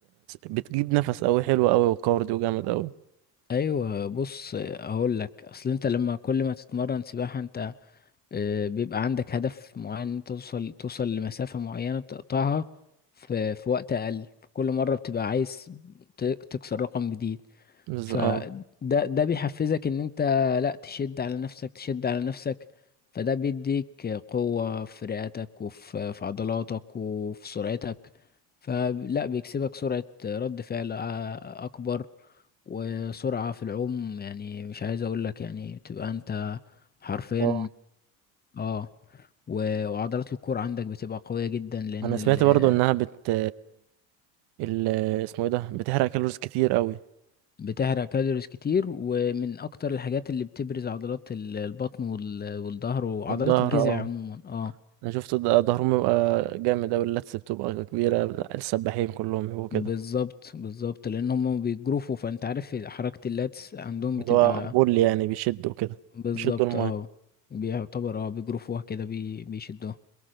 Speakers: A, on the right; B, on the left.
A: بتجيب نفس قوي حلو قوي وكارديو جامد قوي
B: أيوة بص آه، أقول لك أصل أنت لما كل ما تتمرن سباحة أنت آه، بيبقى عندك هدف معين إن أنت توصل توصل لمسافة معينة بتقطعها في في وقت أقل فكل مرة بتبقى عايز ت- تكسر رقم جديد
A: بز...
B: فده
A: اه
B: ده بيحفزك إن أنت لأ تشد على نفسك تشد على نفسك فده بيديك قوة في رئتك وفي في عضلاتك وفي سرعتك فلا بيكسبك سرعة رد فعل أ- أكبر وسرعة في العوم يعني مش عايز أقولك يعني بتبقى أنت حرفيا
A: اه
B: اه و- وعضلات الكور عندك بتبقى قوية جدا لأن
A: انا
B: ال-
A: سمعت برضو انها بت ال اسمه ايه ده بتحرق كالوريز كتير قوي
B: بتحرق كالوريز كتير ومن أكتر الحاجات اللي بتبرز عضلات ال- البطن وال- والظهر وعضلات
A: الظهر
B: الجذع
A: اه
B: عموما اه
A: انا شفت ده- ظهرهم بيبقى جامد اوي اللتس بتبقى كبيرة السباحين كلهم بيبقوا كده
B: بالظبط بالظبط لأن هما بيجروفوا فأنت عارف حركة اللاتس عندهم
A: اللي
B: بتبقى
A: هو بول يعني بيشدوا كده
B: بالظبط
A: بيشدوا الماية
B: اه بيعتبر اه بيجروفوها كده بي بيشدوها